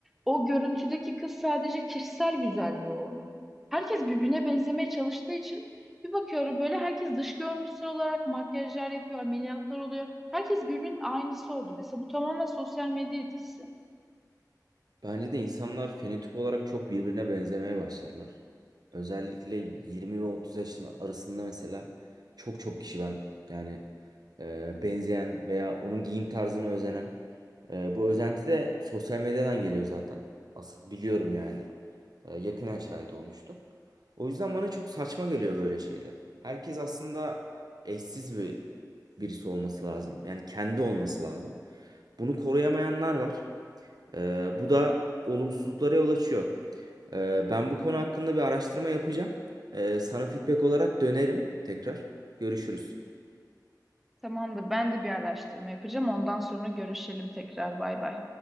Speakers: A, in the centre; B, on the right.
A: o görüntüdeki kız sadece kişisel güzelliği o onun. Herkes birbirine benzemeye çalıştığı için bir bakıyorum böyle herkes dış görünüşsel olarak makyajlar yapıyor, ameliyatlar oluyor. Herkes birbirinin aynısı oldu. Mesela bu tamamen sosyal medya etkisi.
B: Bence de insanlar fenotip olarak çok birbirine benzemeye başladılar. Özellikle 20 ve 30 yaşın arasında mesela çok çok kişi ben yani e, benzeyen veya onun giyim tarzına özenen e, bu özenti de sosyal medyadan geliyor zaten. Asıl biliyorum yani. E, yakinen şahit olmuştum. O yüzden bana çok saçma geliyor böyle şeyler. Herkes aslında eşsiz bir birisi olması lazım. Yani kendi olması lazım. Bunu koruyamayanlar var. Ee, bu da olumsuzluklara yol açıyor. Ee, ben bu konu hakkında bir araştırma yapacağım. Ee, sana feedback olarak dönerim tekrar. Görüşürüz.
A: Tamamdır. Ben de bir araştırma yapacağım. Ondan sonra görüşelim tekrar. Bay bay.